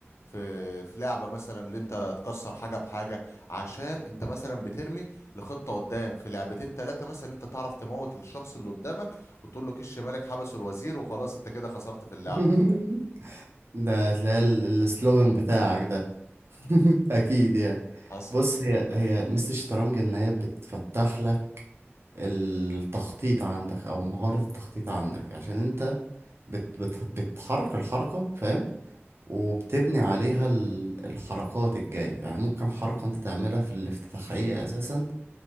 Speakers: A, on the left (about 80°); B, on the right (about 60°).
A: في في لعبه مثلا اللي انت تكسر حاجه بحاجه عشان انت مثلا بترمي لخطه قدام في لعبتين ثلاثه مثلا انت تعرف تموت الشخص اللي قدامك وتقول له كش مالك حبسه الوزير وخلاص انت كده خسرت في اللعبه
B: <laughs> ده هتلاقي ال- السلوغان بتاعك ده
A: امم
B: <laughs> اكيد يعني
A: حصل
B: بص هي هي ميزة الشطرنج ان هي بتفتح لك التخطيط عندك او مهارة التخطيط عندك عشان انت بت بت بتحرك الحركة فاهم وبتبني عليها ال- الحركات الجاية يعني ممكن حركة انت تعملها في الافتتاحية اساسا